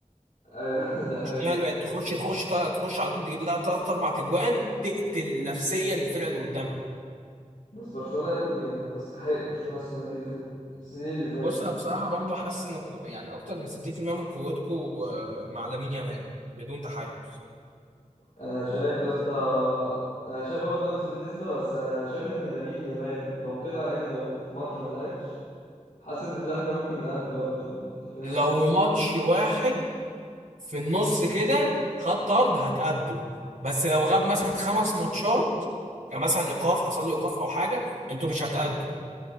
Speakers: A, on the left; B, on the right.
A: ايوه <laughs> ده حقيقة
B: برشلونة هي اللي بقت تخش تخش تخش على طول تجيب لها ثلاث اربع تجوان تقتل نفسيا الفرقة اللي قدامها
A: بس برشلونة يا ابني تستحق برشلونة السنة دي غير السنين اللي فاتت
B: بص انا بصراحة برضه حاسس ان يعني اكتر من 60% من قوتكم مع لامين يامال بدون تحيز
A: انا شايف يا اسطى انا شايف برضه نفس النسبة بس انا شايف ان لامين يامال لو طلع يعني لو في ماتش ما لعبش حاسس ان احنا ممكن نأدي برضه يعني انت فاهم
B: لو ماتش واحد في النص كده خد طرد هتأدوا بس لو غاب مثلا خمس ماتشات يعني مثلا ايقاف حصل له ايقاف او حاجه انتوا مش هتأدوا